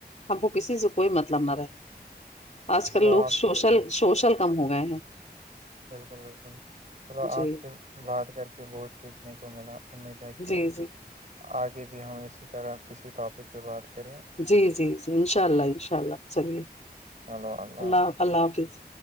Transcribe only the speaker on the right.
چلو
آپ
بالکل بالکل چلو
آپ سے بات کر کے بہت سیکھنے کو ملا امید ہے کہ
آگے بھی ہم اسی طرح کسی ٹاپک پہ بات کریں
چلو
حافظ